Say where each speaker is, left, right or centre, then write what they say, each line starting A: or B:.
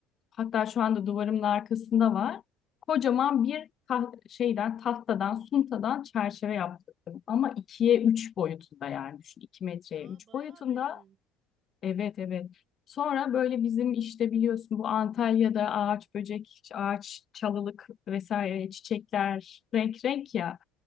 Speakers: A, on the left; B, on the right.
A: hatta şu anda duvarımın arkasında var. Kocaman bir taht şeyden tahtadan suntadan çerçeve yaptırdım. Ama ikiye üç boyutunda yani düşün. iki metreye
B: Aa
A: üç
B: bayağı
A: boyutunda
B: büyük.
A: Evet evet. Sonra böyle bizim işte biliyorsun bu Antalya'da ağaç böcek, ağaç çalılık vesaire çiçekler renk renk ya.